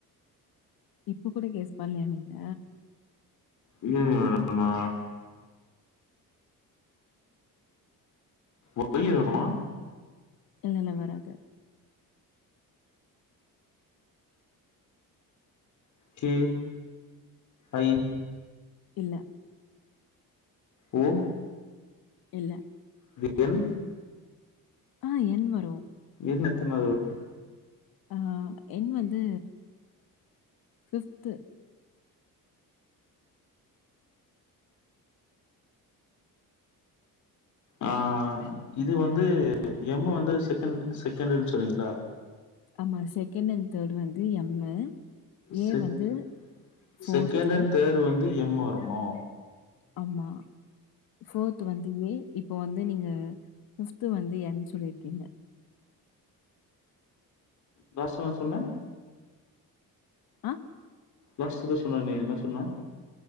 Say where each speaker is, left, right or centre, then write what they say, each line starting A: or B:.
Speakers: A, on the left; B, on the left.
A: இப்ப கூட கெஸ் பண்ணலயா நீங்க
B: இல்லைங்க மேடம் நா ஒய்யி வருமா
A: இல்லல வராது
B: கே ஐ
A: இல்ல
B: ஓ
A: இல்ல
B: இங்க என்
A: ஆ என் வரும்.
B: என் எத்தனாது வருது
A: அ என் வந்து ஃபிஃப்த்து
B: ஆ இது வந்து எம் வந்து செகண்ட் செகண்ட்டு இது சொன்னீங்களா
A: ஆமா செகண்ட் அண் தேர்டு வந்து எம்மு ஏ
B: செக்கி
A: வந்து ஃபோர்த்
B: செகண்ட் அண்ட் தேர்டு வந்து எம் வருமோ
A: ஆமா ஃபோர்த் வந்து ஏ, இப்போ வந்து நீங்க ஃபிஃப்து வந்து என் சொல்லிருக்கீங்க
B: வ சொன்ன சொன்ன
A: அ
B: லாஸ்ட்டு எதோ சொன்னேனே என்ன சொன்ன